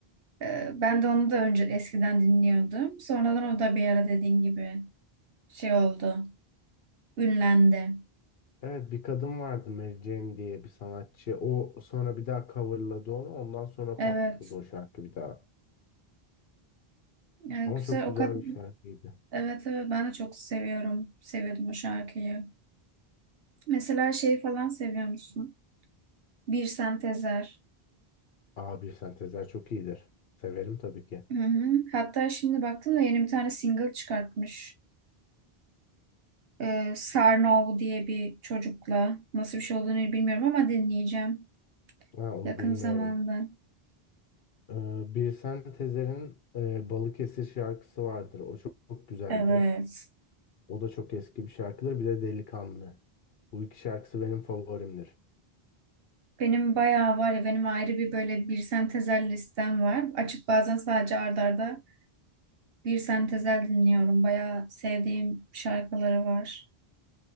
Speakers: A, on the right (about 70°); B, on the left (about 70°).
A: Ee, ben de onu da önce eskiden dinliyordum. Sonradan o da bir ara dediğin gibi şey oldu. Ünlendi.
B: Evet bir kadın vardı Mary Jane diye bir sanatçı. O sonra bir daha coverladı onu. Ondan sonra
A: Evet.
B: patladı o şarkı bir daha.
A: Yani
B: Ama
A: güzel
B: çok
A: o
B: güzel
A: kadar.
B: bir şarkıydı.
A: Evet evet ben de çok seviyorum. Seviyordum o şarkıyı. Mesela şeyi falan seviyor musun? Bir Sentezer.
B: Aa, bir sentezler çok iyidir. Severim tabii ki.
A: Hı hı. Hatta şimdi baktım da yeni bir tane single çıkartmış. Ee, Sarnov diye bir çocukla. Nasıl bir şey olduğunu bilmiyorum ama dinleyeceğim.
B: Ha, onu
A: Yakın
B: bilmiyorum.
A: zamanda.
B: Ee, Birsen Sentezer'in e, Balıkesir şarkısı vardır. O çok, çok güzeldir.
A: Evet.
B: O da çok eski bir şarkıdır. Bir de Delikanlı. Bu iki şarkısı benim favorimdir.
A: Benim bayağı var ya benim ayrı bir böyle bir sentezel listem var. Açıp bazen sadece art arda bir sentezel dinliyorum. Bayağı sevdiğim şarkıları var.